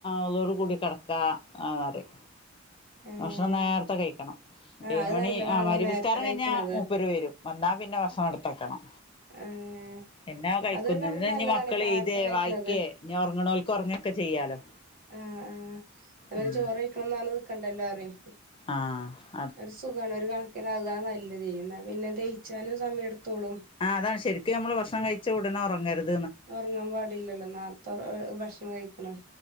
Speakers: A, on the left; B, on the right.
A: ഒളൂ ഓടികൂടി കെടക്ക എന്നറിം
B: ഏഹ്
A: ഭക്ഷണം നേർത്തെ കഴിക്കണം
B: ആഹ്
A: ഏഴ്മണി
B: അത് നല്ലതാണല്ലോ
A: ആ മഅരിബ്
B: നേരത്തെ
A: സ്കാരം
B: കഴിക്കണത്
A: കഴിഞ്ഞാ മൂപ്പര് വെരും വന്നാ പിന്നെ വക്ഷണം ഇട് ട്ടാക്കണം
B: ഏഹ്
A: പിന്നെ കഴിക്കൊന്നുല്ലഞ്
B: അതൊരു കണക്കിന് നല്ലതാണ്
A: മക്കള്
B: നേരത്തെ
A: എയ്തേ
B: കഴിക്കണത്
A: വായിക്കേ ഇഞ് ഒറങ്ങ്ണോൽക്ക് ഒറങ്ങൊക്കെ ചെയ്യാലോ
B: ആ ആ അവര്
A: ഉം
B: ചോറ് കഴിക്കണം ന്നറഞ്ഞ് നിക്കണ്ടല്ലോ റിം
A: ആഹ്
B: ഒരു സുഖാണ് ഒരു കണക്കിന് അതാ നല്ലതെയ് ഇന്നാ പിന്നെ ദഹിച്ചാനും സമയെടുത്തോളും
A: ആഹ് അതാണ് ശരിക്കും ഞമ്മള് ഭക്ഷണം കഴിച്ച ഉടനെ ഒറങ്ങരുത്
B: ഒറങ്ങാൻ പാടില്ലല്ലോ നാർത്തൊർ ഭക്ഷണം കഴിക്കണം